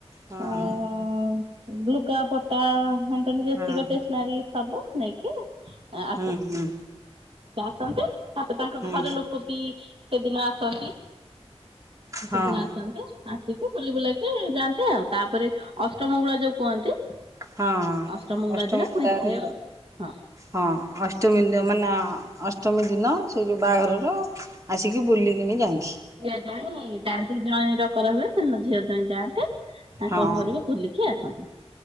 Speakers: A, on the right (about 30°); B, on the right (about 55°).
A: ହଁ
B: ଆ
A: ହଁ
B: ଅଁ ଲୁଗା ପଟା ହେନେ ତେନେ ଯେତିକ
A: ହଁ
B: ଷ୍ଟେସନାରୀ ସବୁ ନେଇକି। ଆ ଆସେ
A: ହୁଁ ହୁଁ
B: ଆସନ୍ତି। ତାପରେ ତାଙ୍କ
A: ହୁଁ
B: ଘରେ ଲୋକ ବି ସେଦିନ ଆସନ୍ତି
A: ହଁ
B: ସେଦିନ ଆସନ୍ତି। ବୁଲି ବୁଲାକି ଯାଆନ୍ତି ଆଉ, ତାପରେ ଅଷ୍ଟମଙ୍ଗଳା ଯୋଉ କୁହନ୍ତି।
A: ହଁ ହଁ
B: ଅଷ୍ଟମଙ୍ଗୁଳା
A: ଅଷ୍ଟମଙ୍ଗଳା
B: ଦିନ ପୁଣି ଝିଅ
A: ଆଡେ
B: ହଁ
A: ହଁ ଅଷ୍ଟମୀ ମାନେ ଅଷ୍ଟମୀ ଦିନ ସେ ଯୋଉ ବାହାଘରର ଆସିକି ବୁଲି କିଣି ଯାଆନ୍ତି।
B: ଝିଅ ଜଇଁ ଯାଆନ୍ତି ଜଇଁ ଡକରା ହୁଏ, ସେ ଦିନ ଝିଅ ଜଇଁ ଯାଆନ୍ତି ତାଙ୍କ
A: ହଁ
B: ଘରୁକୁ। ବୁଲିକି ଆସନ୍ତି।